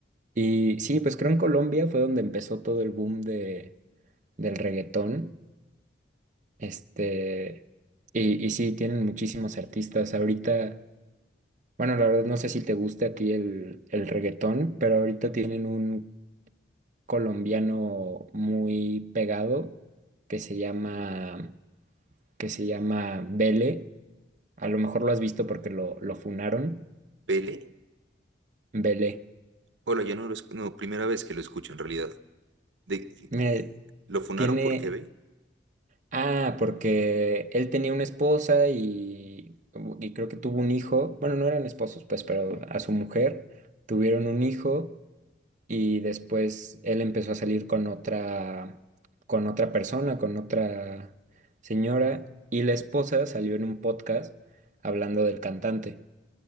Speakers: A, on the right; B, on the right.
A: Y sí, pues creo en Colombia fue donde empezó todo el boom de, del reggaetón. Este, y, y sí, tienen muchísimos artistas. Ahorita. Bueno, la verdad no sé si te guste a ti el, el reggaetón, pero ahorita tienen un colombiano muy pegado que se llama, que se llama Vele. A lo mejor lo has visto porque lo, lo funaron.
B: ¿Pele?
A: Vele.
B: Hola, yo no lo escu- no, primera vez que lo escucho en realidad. De,
A: Mira,
B: ¿lo funaron
A: tiene...
B: porque ve?
A: Ah, porque él tenía una esposa y, y creo que tuvo un hijo. Bueno, no eran esposos, pues, pero a su mujer tuvieron un hijo y después él empezó a salir con otra, con otra persona, con otra señora, y la esposa salió en un podcast hablando del cantante,